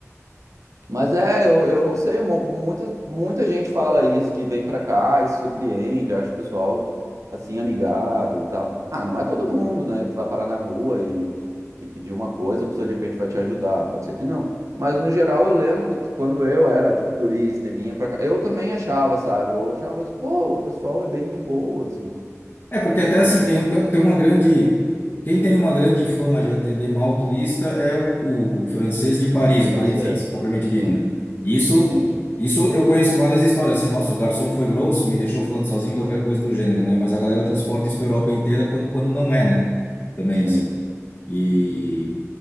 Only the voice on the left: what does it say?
É, porque até assim,
tem, um- tem, um- tem uma grande. Quem tem uma grande fama de atender mal o turista é o, o, o francês de Paris, o
parisiense, propriamente dito,
né? Isso,
isso eu conheço várias histórias, assim, nossa, o garçom foi grosso, me deixou falando sozinho, qualquer coisa do gênero, né? Mas a galera transporta isso para Europa inteira quando, quando não é, né? Também,
assim. E.